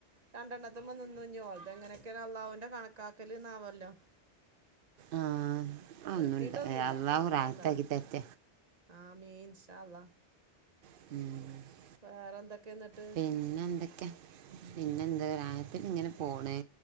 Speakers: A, on the right (about 35°); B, on the right (about 60°).
A: രണ്ടെണ്ണത്തിുമ്പോ നിന്നുഞ്ഞോളത് എങ്ങനെയക്കെയ അള്ളാഹവിന്റെ കണക്കാക്കൽന്നാവല്ലോ
B: ആ ആ
A: നിർത്തിയിട്ടൊന്നുമല്ല
B: ഒന്നുണ്ട് അള്ളാഹു
A: അങ്ങനെന്നന്താതാ
B: റാഹത്താക്കി തെറ്റ
A: ആമേൻ ഇൻഷാ അള്ളാ
B: <inaudible>
A: വേറെ എന്തൊക്കെയിട്ട്
B: പിന്നെ എന്തെക്കെ പിന്നെന്താ റായത്തിലിങ്ങനെ പോണ്